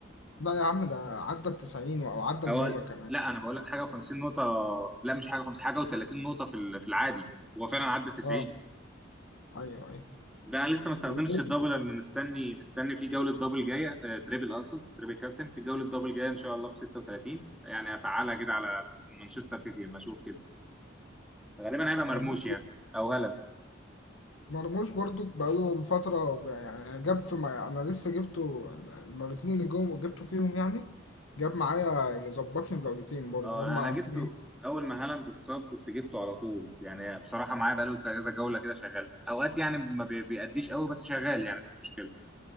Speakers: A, on the left; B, in the centre.
A: لا يا عم ده عدى ال 90 او عدى ال
B: أو
A: 100 كمان
B: لا أنا بقول لك حاجة و50 نقطة لا مش حاجة 50 حاجة و30 نقطة في ال- في العادي هو فعلا عدى ال 90
A: اه ايوه ايوه
B: ده أنا لسه ما استخدمتش
A: الجو-
B: الدبل أنا مستني مستني في جولة دبل جاية آه، تريبل أقصد تريبل كابتن في جولة دبل جاية إن شاء الله في 36 يعني هفعلها كده على مانشستر سيتي لما أشوف كده غالبا هيبقى مرموش
A: برضو-
B: يعني أو هالاند
A: مرموش برضو بقاله فترة بقى- يعني جاب في ما انا لسه جبته المرتين اللي جم جبته فيهم يعني جاب معايا ظبطني بجولتين برضو
B: أه
A: جاب مع
B: أنا جبته
A: في
B: أول ما هالاند اتصاب كنت جبته على طول يعني بصراحة معايا بقاله كذا جولة كده شغال أوقات يعني ما بي- بيأديش قوي بس شغال يعني مش مشكلة